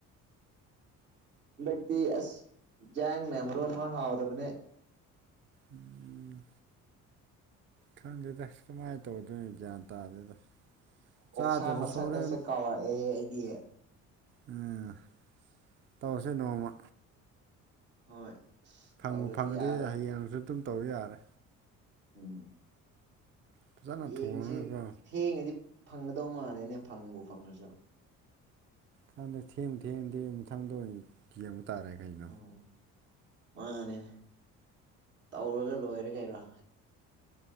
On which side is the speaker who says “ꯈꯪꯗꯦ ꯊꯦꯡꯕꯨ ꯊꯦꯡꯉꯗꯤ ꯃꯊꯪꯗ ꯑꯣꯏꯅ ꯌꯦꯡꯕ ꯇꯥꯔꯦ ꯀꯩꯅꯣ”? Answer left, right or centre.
Right